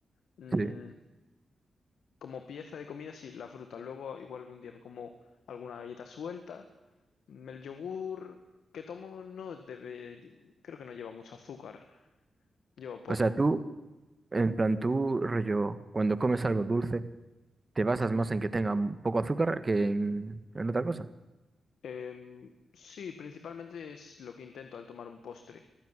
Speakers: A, on the left; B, on the right.
A: mm,
B: Sí.
A: como pieza de comida sí, la fruta. Luego igual algún día me como alguna galleta suelta. Mm, El yogur que tomo no debe... Creo que no lleva mucho azúcar, lleva poco.
B: O sea, tú, en plan, tú, rollo, cuando comes algo dulce, te basas más en que tenga un poco azúcar que en, en otra cosa.
A: Em, sí, principalmente es lo que intento al tomar un postre,